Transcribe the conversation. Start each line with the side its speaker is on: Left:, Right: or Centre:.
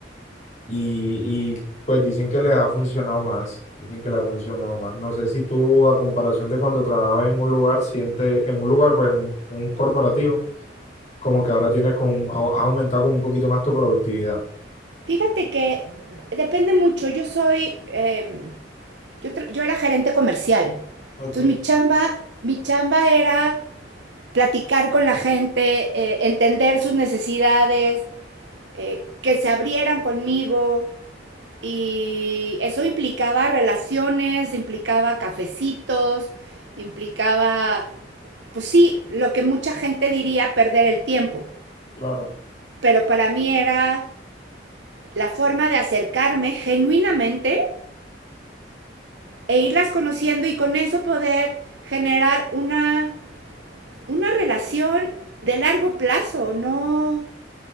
Left: y, y, pues dicen que les ha funcionado más, dicen que les ha funcionado más. No sé si tú, a comparación de cuando trabajabas en un lugar, sientes, en un lugar, pues un, un corporativo, como que ahora tienes con, ha- has aumentado con un poquito más tu productividad.
Right: Fíjate que depende mucho, yo soy... Eh, Yo, tra- yo era gerente comercial.
Left: Ok,
Right: Entonces mi chamba, mi chamba era platicar con la gente, eh, entender sus necesidades, eh, que se abrieran conmigo. Y eso implicaba relaciones, implicaba cafecitos, implicaba, pues sí, lo que mucha gente diría perder el tiempo.
Left: claro.
Right: Pero para mí era la forma de acercarme genuinamente e irlas conociendo y con eso poder generar una una relación de largo plazo, no,